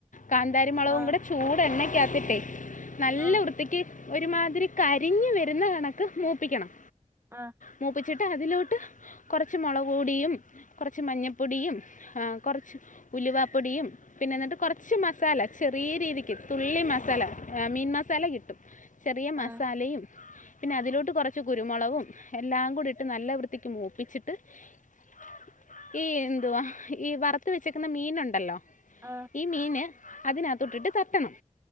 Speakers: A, on the left; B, on the right.
A: കാന്താരിമുളകവും
B: ആഹ്
A: കൂടെ ചൂട്ണ്ണ കസ പേ <unintelligible> നല്ല
B: ആഹ്
A: വൃത്തിക്ക് ഒരുമാതിരി കരിഞ്ഞ് വരുന്ന കണക്ക് മൂപ്പിക്കണം
B: ആഹ്
A: മൂപ്പിച്ചിട് അതില്ലോട്ട് കൊറച്ച് മുളകുപൊടിയും കൊറച്ചു മല്ലിപൊടിയും ഏ കൊറച്ച് കു ഉലുവപ്പൊടിയും പിന്നെ എന്നിട്ട് കൊറച്ച് മസാല ചെറിയ രീതിക്ക് തുള്ളി മസാല. മീൻ മസാല കിട്ടും ചെറിയ മസാലയും
B: ആഹ്
A: പിന്നെ അതിലോട്ട് കുറച്ച് കുരുമുളവും എല്ലാം കൂടി ഇട്ട് നല്ല വൃത്തിക്ക് മൂപ്പിച്ചിട്ട് ആഹ <inaudible> ഈ എന്തുവാ ഈ വറുത്ത വെച്ചക്കുന്ന മീനുണ്ടല്ലോ
B: ആഹ് ആഹ്
A: ഈ മീന് അതിനകത്ത് ഇട്ടിട്ട് തട്ടണം